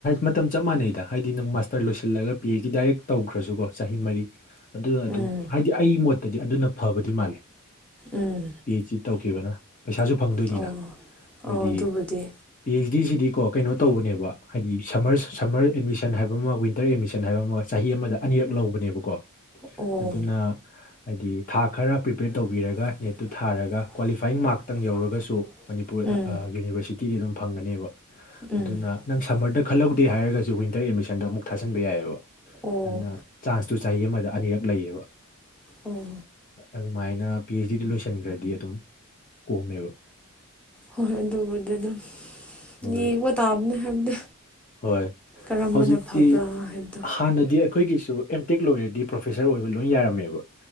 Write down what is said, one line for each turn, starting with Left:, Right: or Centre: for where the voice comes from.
Left: ꯃꯇꯝ ꯆꯞ ꯃꯥꯟꯅꯩꯗ ꯍꯥꯏꯗꯤ ꯅꯪ ꯃꯥꯁꯇꯔ ꯂꯣꯏꯁꯤꯜꯂꯒ ꯄꯤ ꯑꯩꯆ ꯗꯤ ꯗꯥꯏꯔꯦꯛ ꯇꯧꯈ꯭ꯔꯁꯨꯀꯣ ꯆꯍꯤ ꯃꯔꯤ <inaudible> ꯑꯗꯨꯅ ꯑꯗꯨꯝ
Centre: ꯎꯝ
Left: ꯍꯥꯏꯗꯤ ꯑꯩ ꯃꯣꯠꯇꯗꯤ ꯑꯗꯨꯅ ꯐꯕꯗꯤ ꯃꯥꯜꯂꯦ
Centre: ꯎꯝ
Left: ꯄꯤ ꯑꯩꯆ ꯁꯤ ꯇꯧꯈꯤꯕꯅ ꯄꯩꯁꯥꯁꯨ ꯐꯪꯗꯣꯏꯅꯤꯅ
Centre: ꯑꯣ
Left: ꯍꯥꯏꯗꯤ
Centre: ꯑꯣ ꯑꯗꯨꯕꯨꯗꯤ
Left: ꯄꯤ ꯑꯩꯆ ꯁꯤꯁꯤꯗꯤ ꯀꯣ ꯀꯩꯅꯣ ꯇꯧꯕꯅꯦꯕ ꯍꯥꯏꯗꯤ ꯁꯝꯃꯔ ꯁꯝꯃꯔ ꯑꯦꯗꯃꯤꯁꯟ ꯍꯥꯏꯕ ꯑꯃ ꯋꯤꯟꯇꯔ ꯑꯦꯗꯃꯤꯁꯟ ꯍꯥꯏꯕ ꯑꯃꯒ ꯆꯍꯤ ꯑꯃ ꯑꯃꯗ ꯑꯅꯤꯔꯛ ꯂꯧꯕꯅꯦꯕꯀꯣ
Centre: ꯑꯣ
Left: ꯑꯗꯨꯅ ꯍꯥꯏꯗꯤ ꯊꯥ ꯈꯔ ꯄ꯭ꯔꯤꯄꯦꯔ ꯇꯧꯕꯤꯔꯒ
Centre: ꯄ꯭ꯔꯤꯄꯦꯌꯔ
Left: ꯅꯦꯠꯇꯨ
Centre: ꯇꯧꯕꯤꯔꯒ
Left: ꯊꯥꯔꯒ ꯀ꯭ꯋꯥꯂꯤꯐꯥꯏꯌꯤꯡ
Centre: ꯑꯦꯛꯖꯥꯝ
Left: ꯃꯥꯔꯛꯇꯪ ꯌꯧꯔꯒꯁꯨ
Centre: ꯊꯥꯔꯒ
Left: ꯃꯅꯤꯄꯨꯔ
Centre: ꯀ꯭ꯋꯥꯂꯤꯐꯥꯏꯡ ꯃꯥꯔꯛꯇꯪ ꯌꯧꯔꯒꯁꯨ ꯎꯝ
Left: ꯌꯨꯅꯤꯕꯔꯁꯤꯇꯤꯗꯤ ꯑꯗꯨꯝ ꯐꯪꯒꯅꯦꯕ
Centre: ꯎꯝ ꯅꯪ ꯁꯝꯃꯔꯗ ꯈꯜꯍꯧꯗꯦ ꯍꯥꯏꯔꯒꯁꯨ ꯋꯤꯟꯇꯔ ꯑꯦꯗꯃꯤꯁꯟꯗ ꯑꯃꯨꯛ
Left: ꯑꯗꯨꯅ ꯅꯪ ꯁꯝꯃꯔꯗ ꯈꯜꯍꯧꯗꯦ ꯍꯥꯏꯔꯒꯁꯨ
Centre: ꯊꯥꯖꯤꯟꯕ
Left: ꯋꯤꯟꯇꯔ ꯑꯦꯗꯃꯤꯁꯟꯗ ꯑꯃꯨꯛ ꯊꯥꯖꯟꯕ ꯌꯥꯏꯑꯕ
Centre: ꯌꯥꯏꯑꯕ ꯑꯣ
Left: ꯑꯗꯨꯅ ꯆꯥꯟꯁ ꯇꯨ ꯆꯍꯤ ꯑꯃꯗ ꯑꯅꯤꯔꯛ ꯂꯩꯌꯦꯕ
Centre: ꯑꯣ
Left: ꯑꯗꯨꯃꯥꯏꯅ ꯄꯤ ꯑꯩꯆ ꯗꯤꯗ ꯂꯣꯏꯁꯤꯟꯈ꯭ꯔꯗꯤ ꯑꯗꯨꯝ ꯀꯣꯝꯃꯦꯕ
Centre: ꯍꯣꯏ ꯍ ꯑꯗꯨꯣꯕꯨꯗꯗ
Left: ꯍꯣꯏ
Centre: ꯌꯦꯕꯨ ꯇꯥꯕꯅꯦ ꯍꯥꯏꯕꯗꯤ
Left: ꯍꯣꯏ
Centre: ꯀꯔꯝꯕꯅ
Left: ꯍꯧꯖꯤꯛꯇꯤ
Centre: ꯐꯕ꯭ꯔꯥ ꯍꯥꯏꯕꯗꯣ
Left: ꯍꯥꯟꯅꯗꯤ ꯑꯩꯈꯣꯏꯒꯤꯁꯨ ꯑꯦꯝꯇꯦꯛ ꯂꯣꯏꯔꯗꯤ ꯄ꯭ꯔꯣꯐꯦꯁꯔ ꯑꯣꯏꯕ ꯂꯣꯏ ꯌꯥꯔꯝꯃꯦꯕ